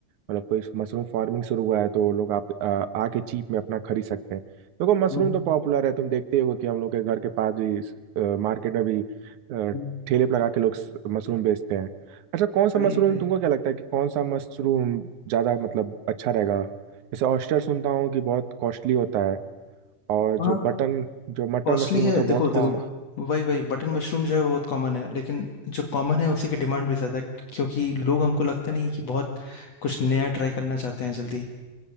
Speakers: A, on the right; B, on the left.
A: मतलब कोई मशरूम फार्मिंग शुरू हुआ है तो लोग आप आ, आके चीप में अपना खरीद सकते हैं देखो मशरूम
B: हम्म, हम्म,
A: तो पॉपुलर है तुम देखते हो कि हम लोग के घर के पास भी मार्केट में भी अ,
B: हम्म।
A: ठेले पर लगा के लोग स- मशरूम बेचते हैं अच्छा कौन सा
B: वही
A: मशरूम
B: वही
A: तुमको क्या लगता है कि कौन सा मशरूम ज़्यादा मतलब अच्छा रहेगा जैसे ऑयस्टर सुनता हूँ कि बहुत कॉस्टली होता है और
B: हाँ
A: जो बटन जो मटर
B: कॉस्टली
A: मशरूम
B: है
A: होता है बहुत
B: देखो देखो
A: कॉम
B: वही वही बटन मशरूम जो है वो बहुत कॉमन है लेकिन जो कॉमन है उसी की डिमांड भी ज़्यादा है क्योंकि लोग हमको लगता नहीं कि बहुत कुछ नया ट्राई करना चाहते हैं जल्दी